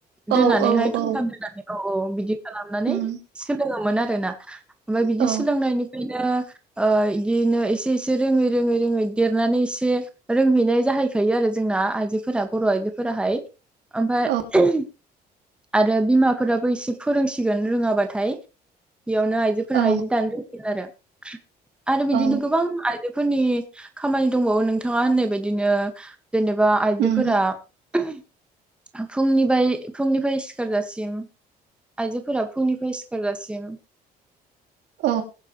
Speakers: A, on the right (about 80°); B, in the centre.
A: औ
B: दोननानैहाय
A: औ
B: थुमथाम दोनानै औ औ बिदि खालामनानै
A: उम
B: सोलोङो मोन आरोना ओमफ्राय बिदि
A: औ
B: सोलोंनायनिफ्रायनो आ इदिनो एसे एसे रोङै रोङै रोङै देरनानै एसे रोंहैनाय जाहैखायो आरो जोंना आइजोफोरा बर' आइजोफोराहाय ओमफ्राय
A: औ
B: आरो बिमाफोराबो एसे फोरोंसिगोन रोङाबाथाय बेयावनो आइजोफोरा
A: औ
B: जि दानो रोंसिगोन आरो <inaudible> आरो बिदिनो
A: औ
B: गोबां फोरनि खामानि दंबावो नोंथाङा होननाय बायदिनो जेनेबा आइजोफोरा
A: उम
B: फुंनि फुंनिफ्राय सिखारजासिम आइजोफोरा फुंनिफ्राय सिखारजासिम
A: औ